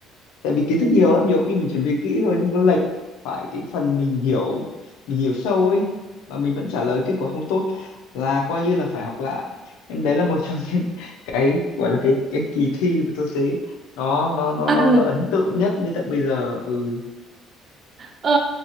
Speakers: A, on the left; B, on the right.
A: tại vì kiến thức
B: <laughs>
A: nhiều lắm nhiều khi mình chuẩn bị kỹ rồi nhưng nó lệch phải cái phần mình hiểu mình hiểu sâu ấy mà mình vẫn trả lời kết quả không tốt là coi như là phải học lại nên đấy là một trong những <laughs> cái gọi là cái cái kỳ thi mà tôi thấy nó nó nó
B: áp
A: nó,
B: lực
A: nó ấn tượng nhất đến tận bây giờ ừ
B: Ờ,